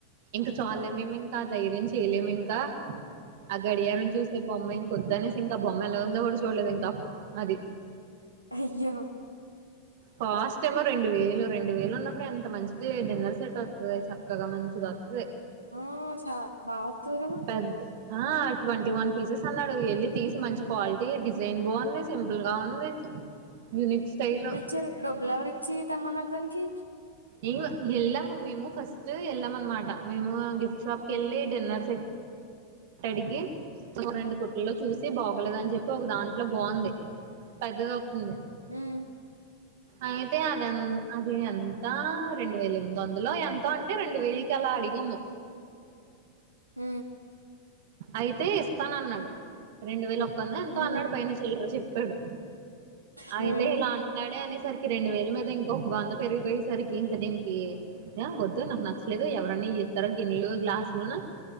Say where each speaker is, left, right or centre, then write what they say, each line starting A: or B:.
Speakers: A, on the right (about 50°); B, on the right (about 80°).
A: ఇంకా చాల్ లే మేం ఇంకా ఆ ధైర్యం చేయలేము ఇంకా ఆ గడియారం చూస్తే బొమ్మ ఇంకొదు అనేసి ఇంకా బొమ్మ ఎలా ఉందో గూడా చూడ్లేదు ఇంకా. అది
B: అయ్యోలో
A: కాస్ట్ ఏమో రెండు వేలు రెండు వేలు ఉన్నప్పుడు ఎంత మంచిదీ డిన్నర్ సెట్ ఓస్తాది చక్కగా మంచిది పె
B: ఆ చ బా వత్తది కదా
A: పదే ఆ ట్వంటీ వన్ పీసెస్ అన్నాడు ఎళ్ళి తీసి మంచి క్వాలిటీ డిజైన్ బావుంది సింపుల్ గా ఉంది యూనిక్ స్టైలు
B: త్ డబ్బులేవ్రీ చి తెమ్మనతంకీ
A: ఎవ ఎళ్లామా మేము ఫస్టు ఎళ్ళాం అన్నమాట మేమూ ఆ గిఫ్ట్ షాప్ కెళ్ళి డిన్నర్ సెట్ కడిగి ఓ రోండు కుట్లల్లో చూసి బాగోలేదని జెప్పి ఒక దాంట్లో బావుంది పద్దది ఒతుంది
B: ఉమ్
A: అయితే అది ఆన్ అదీ ఎంతా రెండు వేల ఎమ్దందాలో ఎంతో అంటే రెండు వేలు కళ అడిగము
B: ఉ
A: అయితే ఇస్తానన్నాడు రెండు వేల ఒక్కందో ఎంతో
B: ఉమ్
A: అన్నాడు పైన చిల్లడ్రూ చెప్పాడు
B: ఉమ్
A: అయితే ఇలా అంట్నాడే అనేసరికి రెండు వేల మీద ఇంకొ ఒక వంద పెరిగిపోయేసరికి ఇంకా దీనికి యా వోద్దు నాక్ నచ్లేదూ ఎవరన్న యీ తర గిన్నెలు గ్లాస్లునూ